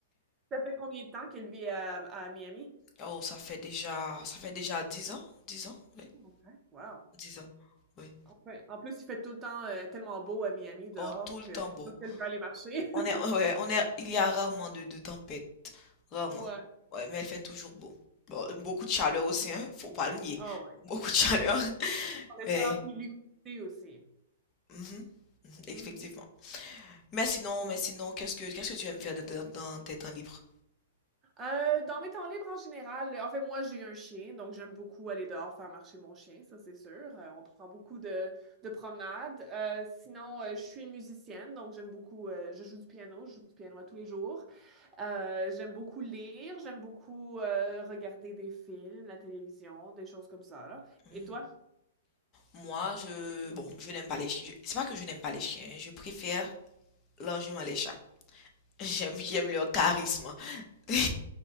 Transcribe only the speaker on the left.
Oh, ça fait déjà, ça fait déjà 10 ans, 10 ans, oui,
10 ans, oui.
Oh, tout le
temps
beau.
On
est, ouais, on est, il y a rarement de, de tempêtes, rarement.
Ouais, mais elle fait toujours beau. Bon, beaucoup de chaleur aussi, hein, faut pas le nier.
Beaucoup de chaleur.
Mais
mmh mh,
effectivement. Mais sinon mais sinon, qu'est-ce que qu'est-ce que tu aimes faire dans tes dans tes temps libres?
Hmm.
Moi, je bon, je n'aime pas les chiens. C'est pas que je n'aime pas les chiens, je préfère largement les chats. <laughs> J'aime j'aime leur charisme. <laughs>